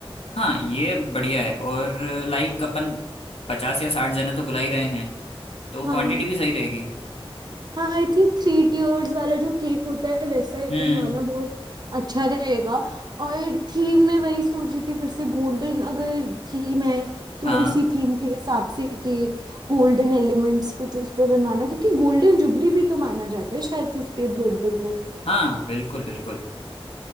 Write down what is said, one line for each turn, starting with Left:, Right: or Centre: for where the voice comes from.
Left: हाँ ये बढ़िया है और लाइक अपन पचास या साठ जने तो बुला ही रहे हैं तो
Right: हाँ
Left: क्वांटिटी भी सही रहेगी
Right: हाँ आई थिंक थ्री टीयर्स वाला जो केक होता है वैसा एक
Left: हम्म
Right: बनवाना बहुत अच्छा रहेगा और थीम में वही सोच रही थी फिर से गोल्डन अगर थीम है तो
Left: हाँ
Right: उसी थीम के हिसाब से केक गोल्डन एलिमेंट्स कुछ उस पे बनवाना क्योंकि गोल्डन जुबली भी तो माना जाता है शायद फिफ्टीथ बर्थडे को
Left: हाँ बिल्कुल बिल्कुल